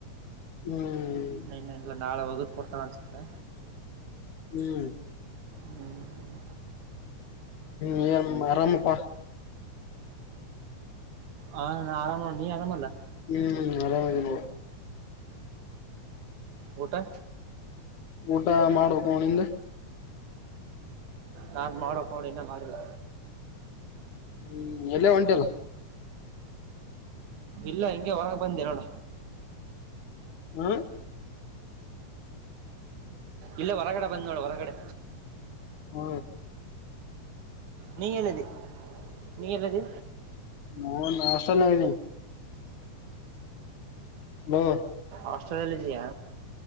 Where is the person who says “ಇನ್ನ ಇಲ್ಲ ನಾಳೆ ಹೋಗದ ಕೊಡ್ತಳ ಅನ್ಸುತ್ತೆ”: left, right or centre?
Right